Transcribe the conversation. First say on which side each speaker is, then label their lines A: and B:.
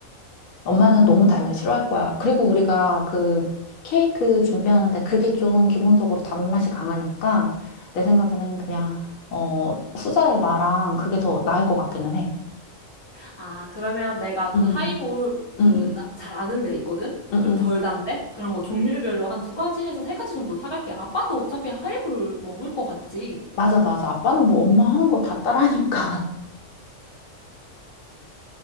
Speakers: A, on the left (about 75°); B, on the left (about 30°).
A: 엄마는
B: 아니면
A: 너무 달면 싫어할 거야. 그리고 우리가 그 케이크 준비하는데 그게 좀 기본적으로 단맛이 강하니까 내 생각에는 그냥 어 후자의 마랑 그게 더 나을 것 같기는 해.
B: 아 그러면 내가 그
A: 응,
B: 하이볼 그
A: 응, 응,
B: 잘 아는 데 있거든?
A: 응,
B: 좀
A: 응.
B: 덜 단데? 그런 거 종류별로 한 두 가지에서 세 가지 정도 사갈게. 아빠도 어차피 하이볼 먹을 것 같지?
A: 맞아, 맞아. 아빠는 뭐 엄마 하는 거 다 따라하니까.